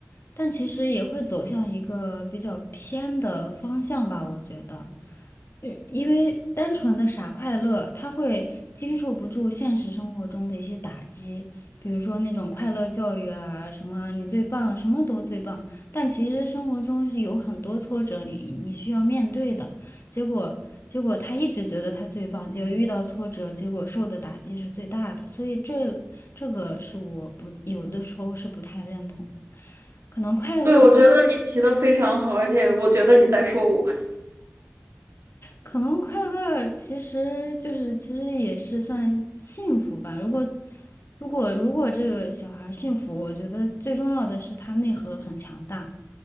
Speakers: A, on the left; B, on the right.
A: 但其实也会走向一个比较偏的方向吧，我觉得，呃因为单纯的傻快乐，他会经受不住现实生活中的一些打击，比如说那种快乐教育啊，什么啊你最棒，什么都最棒，但其实生活中是有很多挫折你你需要面对的。结果结果他一直觉得他最棒，结果遇到挫折，结果受的打击是最大的，所以这这个是我不有的时候是不太认同的。可能快乐，
B: 对，我觉得你提的非常好，而且我觉得你在说我。<laughs>
A: 可能快乐其实就是其实也是算幸福吧。如果如果如果这个小孩儿幸福，我觉得最重要的是他内核很强大，